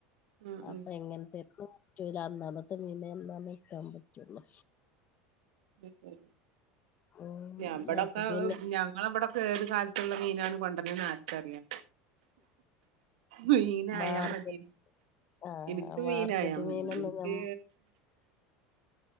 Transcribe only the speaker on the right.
ഉം
ഉം
ഉം ഉം
ഇവിടെക്കെ
ഞങ്ങളവിടെ ഏത് കാലത്തുള്ള മീനാണ് കൊണ്ട പറ നാത്തറിയാം മീനായാ
മതി
എനിക്ക് മീനായാ
മതി
എനിക്ക്